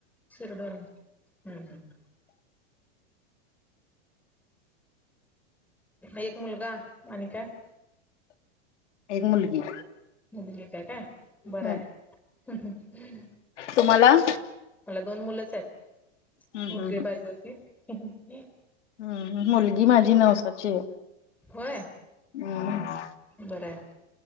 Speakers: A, in the centre; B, on the left.
A: शिरढोण हम्म हम्म ह. एक मुलगा आणि काय?
B: एक मुलगी.
A: मुलगी एक हाय काय
B: हम्म
A: बरंय हम्म हं हं.
B: तुम्हाला?
A: दोन मुलंच आहेत
B: हम्म
A: मुलगी
B: हम्म
A: पाहिजे होती हं हं.
B: हम्म मुलगी माझी नवसाची आहे
A: होय
B: अम्म.
A: बरं आहे.